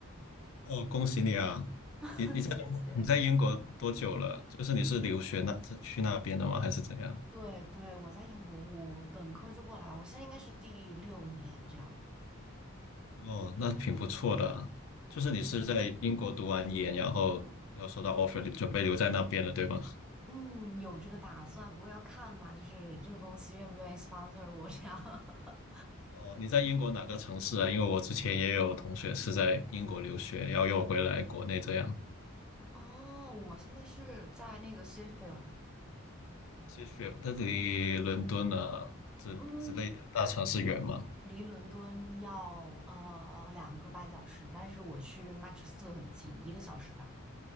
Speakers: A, on the left; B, in the centre.
A: 哦，恭喜你啊！
B: <laughs>
A: 你你在中国你在英国多久了？
B: 谢谢。
A: 就是你是留学那去那边的吗？还是怎样？
B: 对对，我在英国，我本科就过来了，我现在应该是第六年这样。
A: 哦，那挺不错的啊。就是你是在英国读完研，
B: 是
A: 然后要收到 offer，准备留在那边了，对吗？
B: 嗯，有这个打算，不过要看嘛，就是这个公司愿不愿意 sponsor 我这样。
A: 哦，你在英国哪个城市啊？因为我之前也有同学是在英国留学，然后又回来国内这样。
B: <laughs> 哦，我现在是在那个 Sheffield，
A: 谢谢，那离伦敦啊之之类的大城市远吗？
B: 嗯，离离伦敦要呃两个半小时，但是我去曼彻斯特很近，一个小时吧。